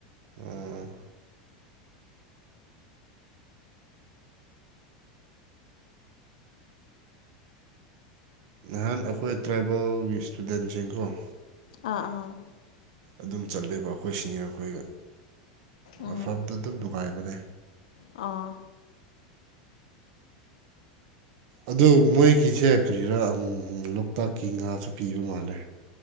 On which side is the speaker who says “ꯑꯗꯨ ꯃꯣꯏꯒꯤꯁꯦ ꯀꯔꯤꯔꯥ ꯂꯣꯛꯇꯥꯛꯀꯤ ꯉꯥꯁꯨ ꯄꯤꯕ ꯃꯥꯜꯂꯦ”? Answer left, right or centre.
Right